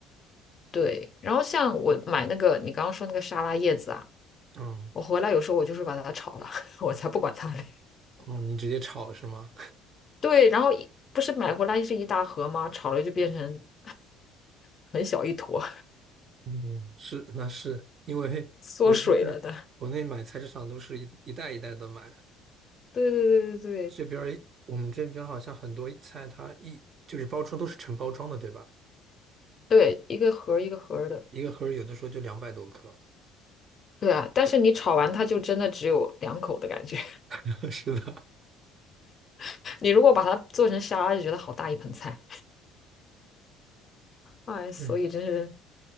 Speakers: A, on the left; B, on the right.
A: 对，然后像我买那个你刚刚说那个沙拉叶子啊。
B: 嗯，
A: 我回来有时候我就是把它炒了，<laughs> 我才不管它嘞。
B: 哦，你直接炒是吗？
A: 对，然后一不是买回来是一大盒吗？炒了就变成 <laughs> 很小一坨，
B: 嗯，是，那是因为
A: <laughs> 缩水了的。
B: <laughs> 我记得国内买菜市场都是一一袋一袋的买，
A: 对对对对对
B: 这边儿我们这边儿好像很多菜它一就是包装都是成包装的，对吧？
A: 对，一个盒儿一个盒儿的。
B: 一个盒儿有的时候就两百多克。
A: 对啊，但是你炒完它就真的只有两口的感觉。
B: <laughs> 是的，
A: <laughs> 你如果把它做成沙拉，就觉得好大一盆菜。哎，
B: <laughs>
A: 所以真是
B: 嗯